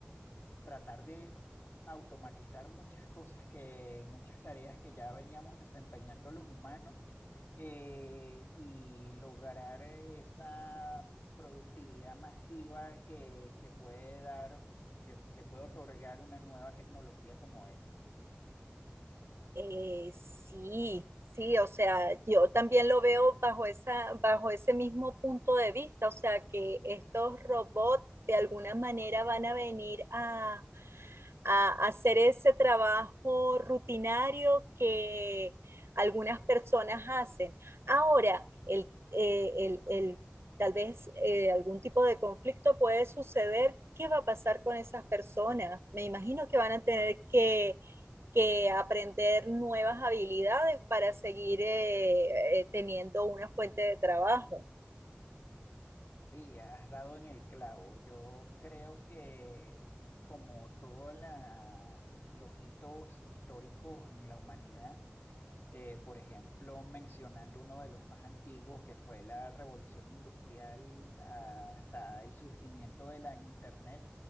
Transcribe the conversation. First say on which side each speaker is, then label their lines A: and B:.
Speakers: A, on the left; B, on the right.
A: tratar de automatizar muchas cosas que, muchas tareas que ya veníamos desempeñando los humanos eh, y lograr esa productividad masiva que, que puede dar, que, que puede otorgar una nueva tecnología como esa.
B: Eh, sí, sí, o sea, yo también lo veo bajo esa, bajo ese mismo punto de vista, o sea, que estos robots de alguna manera van a venir a a hacer ese trabajo rutinario que algunas personas hacen. Ahora, el, eh, el, el tal vez eh, algún tipo de conflicto puede suceder. ¿Qué va a pasar con esas personas? Me imagino que van a tener que, que aprender nuevas habilidades para seguir eh, eh, teniendo una fuente de trabajo.
A: Sí, has dado en el clavo. Yo creo que como todos la- los hitos históricos en la humanidad, eh, por ejemplo, mencionando uno de los más antiguos, que fue la revolución industrial hasta el surgimiento de la Internet,